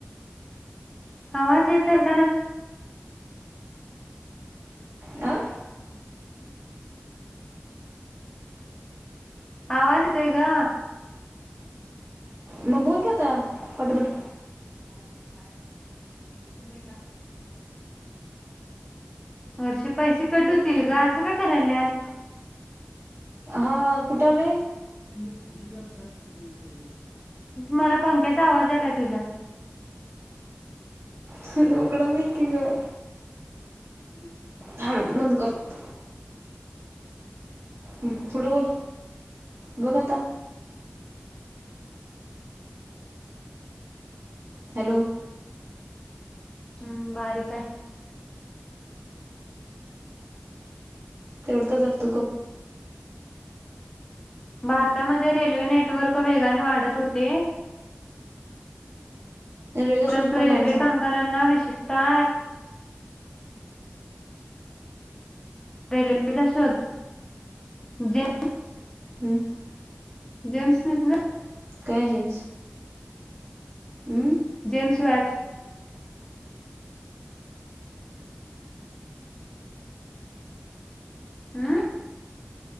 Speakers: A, on the left; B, on the right.
A: आवाज येतय का ना
B: आ
A: आवाज येतय का
B: मग बोल की आता पटपट
A: <inaudible> वर्षे पैसे कट होतील ग अस का करायलास?
B: हा कुठेल वे?
A: त ह अभ्याय कर <unintelligible> <unintelligible> मला पंख्याचा आवाज आलाय तुझ्या.
B: सर्व कड नाही की ग?
A: ह <unintelligible>
B: थाब बंद करतो. हम्म, पुढ बोल बघ आता. हॅलो.
A: हम्म बारीक आहे.
B: तेवढ जगतो गप.
A: भारतामध्ये रेल्वे नेटवर्क वेगाने वाढत होते.
B: रेचा
A: परंतु
B: शोध कोण
A: रेल्वे
B: लावला सांग
A: कामगारांना विशेशता रेल्वेचा शोध जे
B: हं,
A: जेम्स निसना?
B: काय जेम्स? हम्म.
A: James VAT. हम्म.